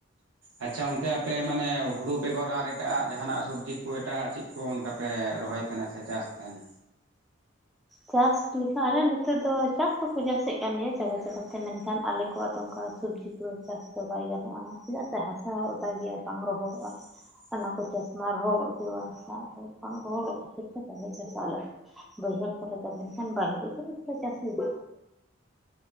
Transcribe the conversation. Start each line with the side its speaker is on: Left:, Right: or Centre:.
Right: ᱟᱪᱷᱟ ᱚᱱᱛᱮ ᱟᱯᱮ ᱢᱟᱱᱮ ᱦᱩᱲᱩ ᱵᱮᱜᱚᱨ ᱟᱨ ᱮᱴᱟᱜ ᱡᱟᱦᱟᱱᱟᱜ ᱥᱚᱵᱡᱤ ᱠᱚ ᱮᱴᱟᱜ ᱟᱜ ᱪᱮᱫ ᱠᱚ ᱚᱱᱠᱟ ᱯᱮ ᱨᱚᱦᱚᱭ ᱛᱟᱦᱮᱱᱟ ᱥᱮ ᱪᱟᱥ ᱛᱟᱦᱮᱱᱟ?
Centre: ᱪᱟᱥ ᱞᱮᱠᱟ ᱟᱞᱮ ᱱᱚᱛᱮ ᱫᱚ ᱪᱟᱥ ᱵᱟᱠᱚ ᱪᱟᱥᱮᱫ ᱠᱟᱱ ᱜᱮᱭᱟ ᱡᱟᱜᱟ ᱡᱟᱜᱟ ᱛᱮ ᱢᱮᱱᱠᱷᱟᱱ ᱟᱞᱮ ᱠᱚᱣᱟᱜ ᱫᱚ ᱚᱱᱠᱟ ᱥᱚᱵᱽᱡᱤ ᱠᱚᱫᱚ ᱪᱟᱥ ᱫᱚ ᱵᱟᱭ ᱜᱟᱱᱚᱜᱼᱟ ᱪᱮᱫᱟᱜ ᱥᱮ ᱦᱟᱥᱟ ᱦᱚᱸ ᱚᱫᱟ ᱜᱮᱭᱟ ᱵᱟᱝ ᱨᱚᱦᱚᱲᱚᱜᱼᱟ᱾
Right: <inaudible>
Centre: ᱚᱱᱟ ᱠᱚ ᱪᱟᱥ ᱢᱟ ᱨᱚᱦᱚᱲᱚᱜ ᱜᱮ ᱦᱟᱥᱟ ᱫᱚ ᱵᱟᱝ ᱨᱚᱦᱚᱜ ᱠᱷᱟᱹᱛᱤᱨ ᱛᱮ ᱵᱟᱞᱮ ᱪᱟᱥᱟ ᱟᱞᱮ ᱵᱟᱹᱭᱦᱟᱹᱲ ᱠᱚᱨᱮ ᱫᱚ ᱢᱮᱱᱠᱷᱟᱱ ᱵᱟᱲᱜᱮ ᱠᱚᱨᱮ ᱫᱚᱞᱮ ᱪᱟᱥ ᱜᱮᱭᱟ